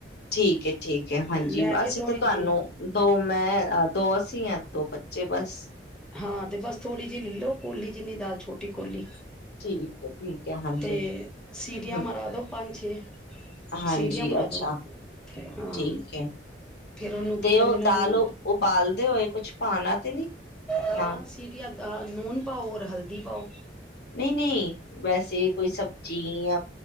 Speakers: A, on the left; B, in the centre.
A: ਠੀਕ ਹੈ, ਠੀਕ ਹੈ ਹਾਂਜੀ
B: ਲੈ
A: ਅਸੀਂ
B: ਕੇ ਥੋੜ੍ਹੀ
A: ਤਾਂ ਤੁਹਾਨੂੰ
B: ਜਿਹੀ
A: ਦੋ ਮੈਂ ਦੋ ਅਸੀਂ ਆ ਦੋ ਬੱਚੇ ਬਸ।
B: ਹਾਂ ਤੇ ਬਸ ਥੋੜ੍ਹੀ ਜਿਹੀ ਲੋ ਕੋਲੀ ਜਿੰਨੀ ਦਾਲ ਛੋਟੀ ਕੋਲੀ।
A: ਠੀਕ ਏ, ਠੀਕ। ਹੈ ਹਾਂਜੀ
B: ਤੇ ਸੀਟੀਆਂ
A: ਹ
B: ਮਾਰ ਦੋ ਪੰਜ ਛੇ। ਸੀਟੀਆਂ
A: ਹਾਂਜੀ
B: ਮਰਾ
A: ਅੱਛਾ,
B: ਦੋ ਹਾਂ
A: ਠੀਕ ਹੈ,
B: ਫੇਰ ਉਹਨੂੰ ਕੀ
A: ਤੇ
B: ਕਹਿੰਦੇ
A: ਉਹ
B: ਨੇ
A: ਦਾਲ
B: ਉਹਨੂੰ
A: ਉਬਾਲਦੇ ਹੋਏ ਕੁਛ ਪਾਣਾ ਤੇ ਨੀ
B: ਹਾਂ
A: ਨਾਲ
B: ਸੀਟੀਆਂ ਤਾ ਲੂਨ ਪਾਓ ਔਰ ਹਲਦੀ ਪਾਓ।
A: ਨਹੀਂ ਨਹੀਂ ਵੈਸੇ ਕੋਈ ਸਬਜ਼ੀ ਯਾ